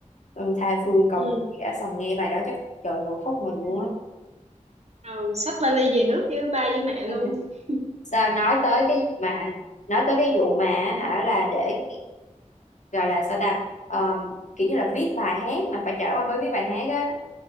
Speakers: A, on the left; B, on the right.
A: ừ, tha phương cầu
B: ừ
A: khẽ xong nghe bài đó chắc trời ngồi khóc mình luôn
B: ừ,
A: á
B: ừ. xách vali về nước với ba với mẹ
A: <laughs>
B: luôn <laughs>
A: sao nói tới cái vụ mà nói tới cái vụ mà hả là để gọi là sao ta Ờm, kiểu như là viết bài hát mà phải trải qua mới viết bài hát á